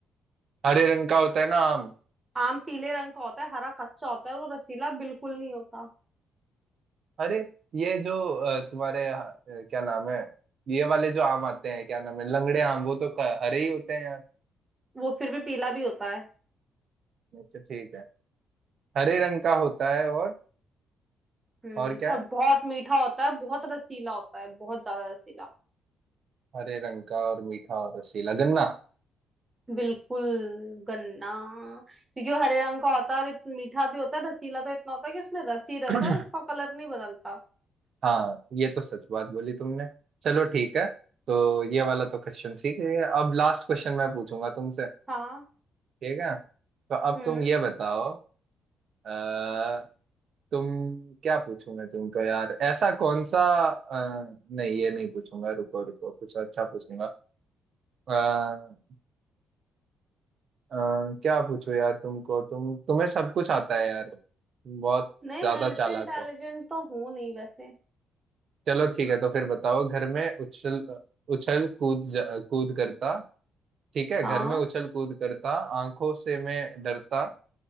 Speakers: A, on the right; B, on the right.
A: हरे रंग का होता है ना आम
B: आम पीले रंग का होता है हरा कच्चा होता है वो रसीला बिल्कुल नहीं होता
A: अरे ये जो अ, तुम्हारे अ, क्या नाम है ये वाले जो आम आते हैं क्या नाम है लंगड़े आम वो तो क- हरे ही होते हैं यार
B: वो फिर भी पीला भी होता है
A: अच्छा ठीक है हरे रंग का होता है और
B: हम्म
A: और क्या
B: और
A: है
B: बहुत मीठा होता है बहुत रसीला होता है बहुत ज्यादा रसीला
A: हरे रंग का और मीठा और रसीला गन्ना
B: बिल्कुल गन्ना क्योंकि वो हरे रंग का होता है और इतना मीठा भी होता है रसीला तो इतना होता है कि उसमें रस ही रस
A: <coughs>
B: है और उसका कलर नहीं बदलता
A: हाँ ये तो सच बात बोली तुमने चलो ठीक है तो ये वाला तो क्वेश्चन सीख गए अब लास्ट क्वेश्चन मैं पूछूंगा तुमसे
B: हाँ
A: ठीक है तो अब
B: हम्म
A: तुम ये बताओ अ, तुम क्या पूछूंगा तुमको यार ऐसा कौन सा अ, नहीं ये नहीं पूछूंगा रुको रुको कुछ अच्छा पूछूंगा अ, अ, क्या पूछूं यार तुमको तुम तुम्हें सब कुछ आता है यार तुम बहुत
B: नहीं
A: ज्यादा
B: यार इतने
A: चालाक
B: इंटेलिजेंट
A: हो
B: तो हूँ नहीं वैसे
A: चलो ठीक है तो फिर बताओ घर में उछल उछल कूद जा- कूद करता ठीक है
B: हाँ
A: घर में उछल कूद करता आंखों से मैं डरता